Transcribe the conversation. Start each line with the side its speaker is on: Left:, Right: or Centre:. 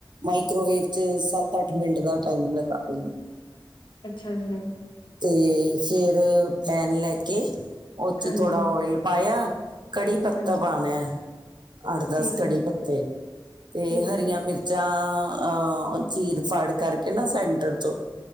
Right: ਮਾਈਕ੍ਰੋਵੇਵ ਚ ਸੱਤ ਅੱਠ ਮਿੰਟ ਦਾ ਟਾਈਮ ਲਗਾ ਦਾ
Left: ਅੱਛਾ ਜੀ।
Right: ਤੇ ਫੇਰ ਪੈਨ ਲੈਕੇ ਉਹ ਚ
Left: ਹਾਂਜੀ
Right: ਥੋੜਾ ਓਇਲ ਪਾਇਆ। ਕੜੀ ਪੱਤਾ
Left: ਹਾਂਜੀ
Right: ਪਾਣਾ ਅੱਠ ਦਸ
Left: ਠੀਕ
Right: ਕੜੀ
Left: ਹੈ ਜੀ,
Right: ਪੱਤੇ ਤੇ
Left: ਠੀਕ
Right: ਹਰੀਆਂ
Left: ਹੈ ਜੀ।
Right: ਮਿਰਚ ਜਾਂ ਅ ਚੀਰ ਫੜ ਕਰਕੇ ਨਾ ਸੈਂਟਰ ਤੋਂੋਂ'